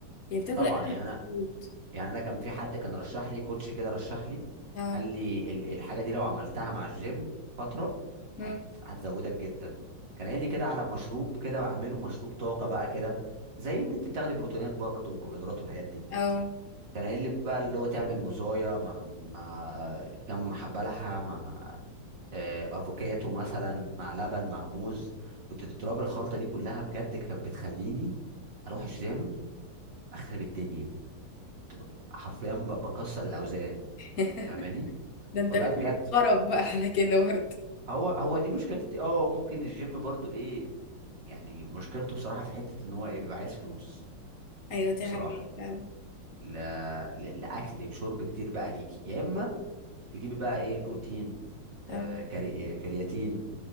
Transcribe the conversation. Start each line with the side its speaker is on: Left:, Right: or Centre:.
Left: يعني بتاكل
Right: طبعا
Left: اكل
Right: يعني انا
Left: مظبوط
Right: يعني انا كان في حد كان رشح لي كوتش كده رشح لي
Left: اه
Right: قال لي ال- الحاجه دي لو عملتها مع الجيم فتره
Left: مم.
Right: هت هتزودك جدا كان قايل لي كده على مشروب كده بعمله مشروب طاقه بقى كده زي ان انت بتاخدي بروتينات برضه وكربوهيدرات والحاجات دي
Left: اه
Right: كان قايل لي بقى اللي هو تعمل مزايا مع مع كم حبه لحمه مع آه، افوكاتو مثلا مع لبن مع موز كنت تضرب الخلطه دي كلها بجد كانت بتخليني اروح الجيم اخرب الدنيا تبقى- حرفيا ب- بكسر الاوزان
Left: <laughs>
Right: فاهماني
Left: ده انت
Right: والله
Left: بقى
Right: بجد
Left: خرب بقى على كده برضه
Right: هو هو دي مشكلتي اه ممكن الجيم برضو ايه يعني مشكلته بصراحه في حته ان هو ايه بيبقى عايز فلوس
Left: ايوه دي
Right: بصراحه
Left: حقيقة فعلا
Right: لا ل- لاكل وشرب كتير بقى ليكي يا اما تجيبي بقى ايه بروتين
Left: تمام
Right: آه كري... كرياتين